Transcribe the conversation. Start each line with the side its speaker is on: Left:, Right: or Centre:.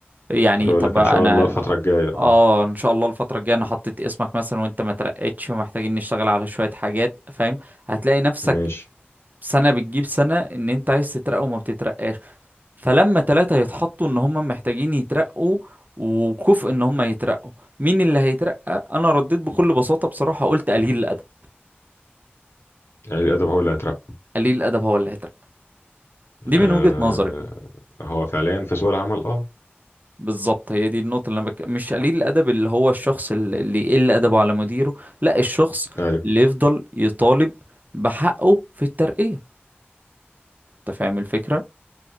Right: يعني
Left: فاقول
Right: طب
Left: لك
Right: انا
Left: ان شاء الله الفتره الجايه اه
Right: اه ان شاء الله الفترة الجاية انا حطيت اسمك مثلا وانت ما ترقتش ومحتاجين نشتغل على شوية حاجات فاهم هتلاقي نفسك
Left: ماشي
Right: سنة بتجيب سنة ان انت عايز تترقى وما بتترقاش فلما تلاتة يتحطوا ان هم محتاجين يترقوا وكفء ان هم يترقوا مين اللي هيترقى انا رديت بكل بساطة بصراحة قلت قليل الادب
Left: قليل الادب هو اللي هيترقى
Right: قليل الادب هو اللي هيترقى دي
Left: أه
Right: من وجهة نظري
Left: هو فعليا في سوق العمل اه
Right: بالظبط هي دي النقطة اللي أنا بك... مش قليل الأدب اللي هو الشخص اللي اللي يقل أدبه على مديره لا الشخص
Left: ايوه
Right: اللي يفضل يطالب بحقه في الترقية أنت فاهم الفكرة؟